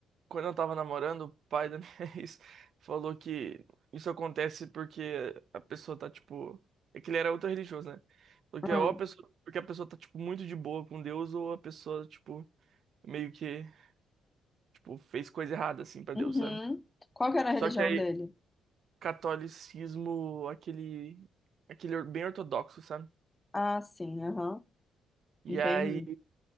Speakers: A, on the right; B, on the left.
A: quando eu tava namorando, o pai da minha <laughs> ex falou que isso acontece porque a pessoa tá, tipo. É que ele era ultra religioso, né? Porque
B: Ah,
A: ou a pessoa, porque a pessoa tá, tipo, muito de boa com Deus, ou a pessoa, tipo, meio que, tipo, fez coisa errada, assim, pra
B: uhum.
A: Deus, sabe?
B: Qual que era a religião
A: Só que aí,
B: dele?
A: catolicismo, aquele. Aquele bem ortodoxo, sabe?
B: Ah, sim, aham.
A: E
B: Entendi.
A: aí